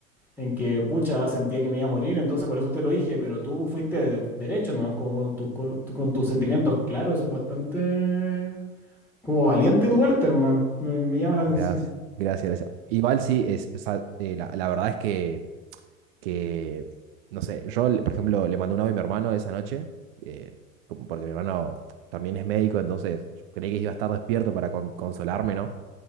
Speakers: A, in the centre; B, on the right (about 45°).
A: en que, pucha, sentía que me iba a morir, entonces por eso te lo dije, pero tú fuiste derecho, ¿no? Como con, tu- con tu- con tus sentimientos, claro, eso es bastante como valiente tu parte, hermano. Me, me llama la atención.
B: Gracias, gracias, gracias. Igual sí, es, o sea, eh, la, la verdad es que, que, no sé, yo, le- por ejemplo, le mandé un audio a mi hermano esa noche, eh, como porque mi hermano también es médico, entonces creí que iba a estar despierto para con- consolarme, ¿no?